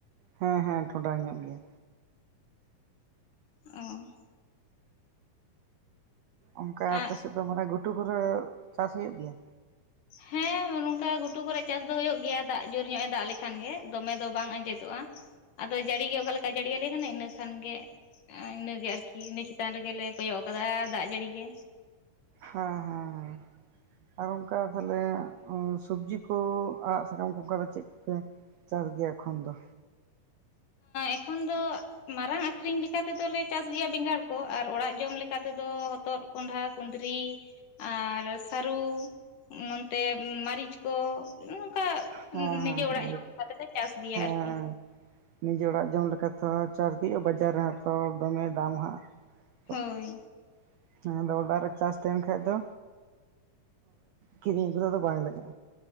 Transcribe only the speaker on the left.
ᱚᱸ
ᱟᱨ
ᱦᱮᱸ ᱱᱚᱝᱠᱟ ᱜᱷᱩᱴᱩ ᱠᱚᱨᱮ ᱪᱟᱥ ᱫᱚ ᱦᱩᱭᱩᱜ ᱜᱮᱭᱟ ᱫᱟᱜ ᱡᱳᱨ ᱧᱚᱜ ᱮ ᱫᱟᱜ ᱞᱮᱠᱷᱟᱱ ᱜᱮ ᱫᱚᱢᱮ ᱫᱚ ᱵᱟᱝ ᱟᱸᱡᱮᱫᱚᱜᱼᱟ ᱟᱫᱚ ᱡᱟᱹᱲᱤ ᱜᱮ ᱚᱠᱟ ᱞᱮᱠᱟ ᱡᱟᱹᱲᱤᱭᱟᱞᱮ ᱠᱟᱱᱟ ᱤᱱᱟᱹ ᱠᱷᱟᱱ ᱜᱮ ᱤᱱᱟᱹ ᱜᱮ ᱟᱨᱠᱤ ᱤᱱᱟᱹ ᱪᱮᱛᱟᱱ ᱨᱮᱜᱮ ᱞᱮ ᱠᱚᱭᱚᱜ ᱟᱠᱟᱫᱟ ᱫᱟᱜ ᱡᱟᱹᱲᱤ ᱜᱮ
ᱮᱠᱷᱚᱱ ᱫᱚ ᱢᱟᱨᱟᱝ ᱟᱠᱷᱨᱤᱧ ᱞᱮᱠᱟ ᱛᱮᱫᱚ ᱞᱮ ᱪᱟᱥ ᱜᱮᱭᱟ ᱵᱮᱸᱜᱟᱲ ᱠᱚ ᱟᱨ ᱚᱲᱟᱜ ᱡᱚᱢ ᱞᱮᱠᱟ ᱛᱮᱫᱚ ᱦᱚᱛᱚᱫ ᱠᱚᱸᱰᱷᱟ ᱠᱩᱸᱫᱽᱨᱤ ᱟᱨ ᱥᱟᱹᱨᱩ ᱱᱚᱱᱛᱮ ᱢᱟᱹᱨᱤᱪ ᱠᱚ ᱚᱱᱠᱟ
ᱱᱤᱡᱮ ᱚᱲᱟᱜ ᱡᱚᱢ
ᱞᱮᱠᱟ ᱛᱮᱞᱮ ᱪᱟᱥ ᱜᱮᱭᱟ
ᱟᱨᱠᱤ
ᱦᱳᱭ